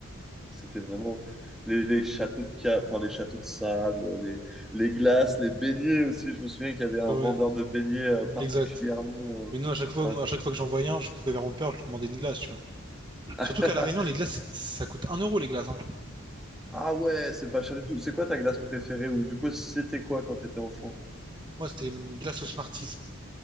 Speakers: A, in the centre; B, on the right.
A: C'était vraiment les, les châteaux de ca- enfin les châteaux de sable, les, les glaces, les beignets aussi. Je me souviens qu'il y avait un
B: ouais,
A: vendeur
B: ouais,
A: de beignets euh, particulièrement.
B: exact.
A: euh,
B: Mais nous, à chaque
A: c'était
B: fois, à chaque fois que j'en voyais un, je courais vers mon père, je lui demandais une glace, tu vois.
A: un-
B: Surtout qu'à La Réunion, les glaces, c'est- ça coûte un euro les glaces. hein.
A: <laughs> Ah ouais, c'est pas cher du tout. C'est quoi ta glace préférée ou du coup c'était quoi quand t'étais enfant?
B: Moi, c'était une glace au Smarties.